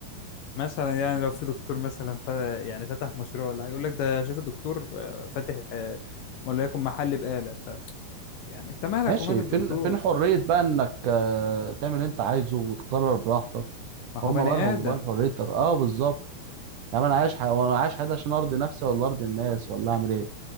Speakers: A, on the left; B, on the right.
A: مثلا يعني لو في دكتور مثلا ف... يعني فتح مشروع ولا حاجة، يقول لك ده شوف الدكتور آه، فاتح آه، وليكن محل بقالة ف... يعني انت مالك
B: ماشي
A: ومال الدكتور
B: فين فين حرية بقى انك آه، تعمل اللي انت عايزه وتقرر براحتك
A: ما هو
B: هم
A: بني
B: مالهم
A: آدم
B: مال حريتك اه بالظبط يا عم انا عايش ح... وانا عايش حياتي عشان ارضي نفسي ولا ارضي الناس ولا اعمل ايه